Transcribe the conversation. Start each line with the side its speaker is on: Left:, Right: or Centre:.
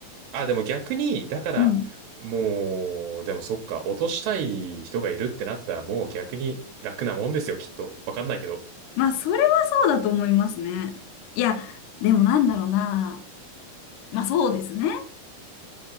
Right: あ、でも逆に、だから、
Left: <laughs> うん
Right: もう、でもそっか、落としたい人がいるってなったら、もう逆に楽なもんですよ、きっと。わかんないけど。
Left: まあ、それはそうだと思いますね。いや、でもなんだろうな。
Right: うん
Left: まあ、そうですね。